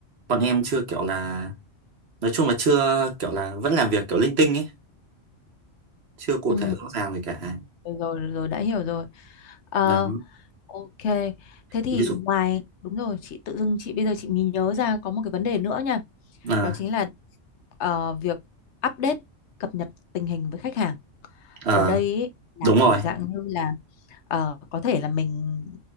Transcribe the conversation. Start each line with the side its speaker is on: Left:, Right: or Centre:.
Right: bọn em chưa kiểu là nói chung là chưa kiểu là vẫn làm việc kiểu linh tinh ấy chưa cụ
Left: ừ
Right: thể rõ ràng gì cả
Left: rồi rồi rồi đã hiểu rồi Ờ,
Right: đó
Left: Ok, thế thì
Right: ví dụ
Left: ngoài đúng rồi, chị tự dưng chị bây giờ chị mới nhớ ra có một cái vấn đề nữa nha.
Right: à,
Left: Đó chính là ờ, việc update cập nhật tình hình với khách hàng.
Right: ờ,
Left: Ở đây ý, là
Right: đúng rồi
Left: kiểu dạng như là ờ, có thể là mình